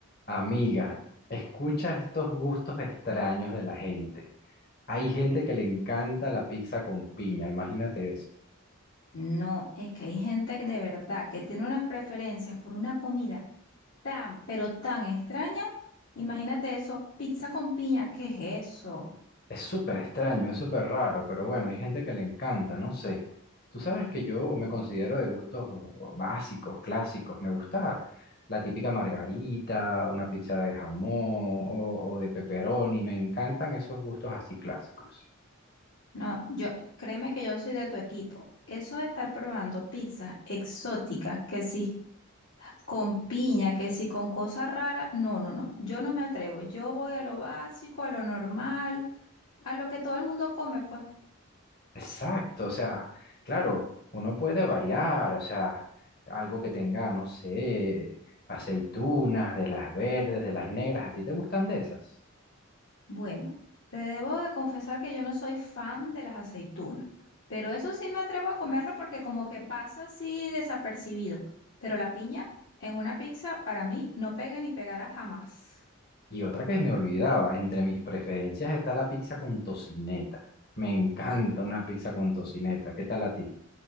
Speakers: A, on the left (about 45°); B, on the left (about 65°).
A: Amiga, escucha estos gustos extraños de la gente. Hay gente que le encanta la pizza con piña, imagínate eso.
B: No, es que hay gente que de verdad que tiene unas preferencias por una comida tan, pero tan extraña. Imagínate eso, pizza con piña, ¿qué es eso?
A: Es súper extraño, es súper raro, pero bueno, hay gente que le encanta, no sé. Tú sabes que yo me considero de gustos básicos, clásicos. Me gusta la típica margarita, una pizza de jamón o, o de pepperoni. Me encantan esos gustos así clásicos.
B: No, yo, créeme que yo soy de tu equipo. Eso de estar probando pizzas exóticas, que sí, con piña, que sí, con cosas raras, no, no, no, yo no me atrevo. Yo voy a lo básico, a lo normal, a lo que todo el mundo come, pues.
A: Exacto, o sea, claro, uno puede variar, o sea, algo que tenga, no sé, aceitunas, de las verdes, de las negras, ¿a ti te gustan de esas?
B: Bueno, te debo de confesar que yo no soy fan de las aceitunas, pero eso sí me atrevo a comerlo porque como que pasa así desapercibido. Pero la piña en una pizza para mí no pega ni pegará jamás.
A: Y otra que me olvidaba, entre mis preferencias está la pizza con tocineta. Me encanta una pizza con tocineta, ¿qué tal a ti?